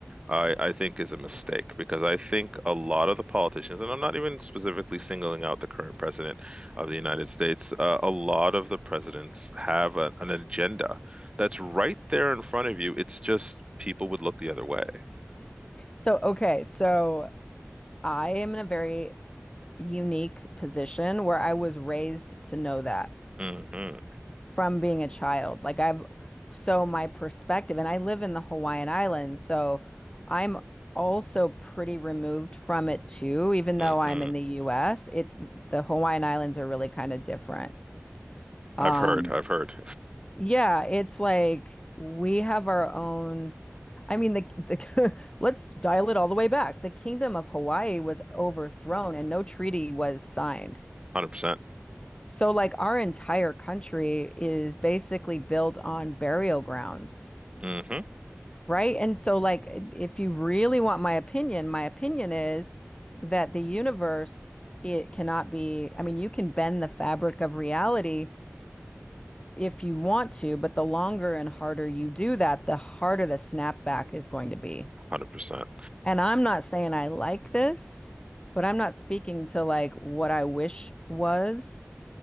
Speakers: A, on the right; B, on the left.
A: I, I think is a mistake because I think a lot of the politicians, and I'm not even specifically singling out the current president of the United States, uh, a lot of the presidents have a, an agenda that's right there in front of you. It's just people would look the other way.
B: So, okay, so I am in a very unique position where I was raised to know that.
A: hmm
B: from being a child. Like I've so my perspective, and I live in the Hawaiian Islands, so I'm also pretty removed from it too, even
A: hmm
B: though I'm in the US. It's the Hawaiian Islands are really kind of different. Um,
A: I've heard, I've heard,
B: yeah, it's like we have our own. I mean, the, the <laughs> let's dial it all the way back. The Kingdom of Hawaii was overthrown and no treaty was signed.
A: <laughs> 100%.
B: So, like, our entire country is basically built on burial grounds,
A: hmm
B: right? And so, like, if you really want my opinion, my opinion is that the universe, it cannot be, I mean, you can bend the fabric of reality if you want to, but the longer and harder you do that, the harder the snapback is going to be.
A: 100%.
B: And I'm not saying I like this, but I'm not speaking to like what I wish was.